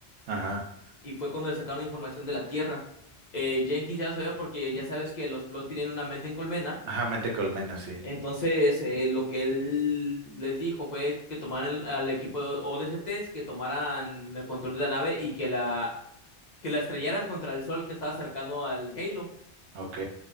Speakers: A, on the right; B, on the left.
A: ajá.
B: Y fue cuando le sacaron la información de la Tierra. Eh, Jenkins ya lo sabía porque ya sabes que los Flow tienen una mente en colmena.
A: Ajá, mente colmena, sí.
B: Entonces, eh, lo que él les dijo fue que tomaran el- al equipo de ODSTs, que tomaran el control de la nave y que la, que la estrellaran contra el sol que estaba cercano al Halo.
A: Ok.